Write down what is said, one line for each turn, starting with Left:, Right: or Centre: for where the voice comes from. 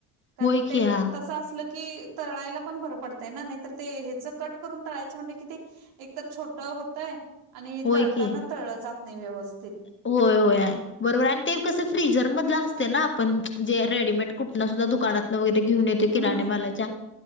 Right: कारण
Left: होय
Right: ते
Left: की हा
Right: तसं असलं की तळायला पण बरं पडतयं ना, नाही तर ते हेच कट करून तळायचं म्हटलं कि ते एक तर छोट होतयं आणि
Left: होय
Right: तळताना
Left: की
Right: तळलं जात नाही व्यवस्थ.
Left: होय होय, बरोबर आहे. आणि ते कस फ्रीजर मधलं असतंय ना आपण जे रेडीमेड कुठनं सुद्धा दुकानातनं वगैरे घेऊन येतोय किराणे
Right: हम्म
Left: मालाच्या.